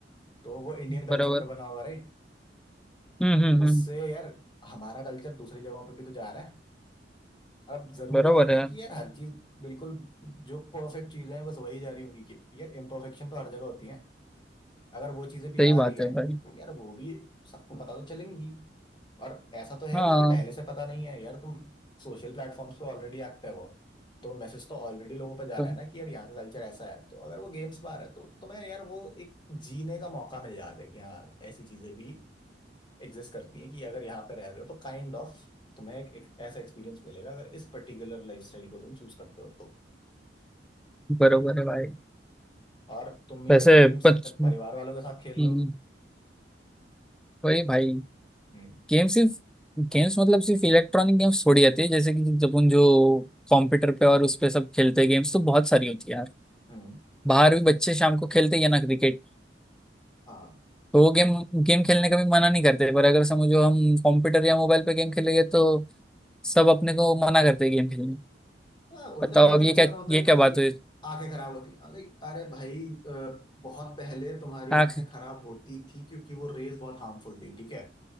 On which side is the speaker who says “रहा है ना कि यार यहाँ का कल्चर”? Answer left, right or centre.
Left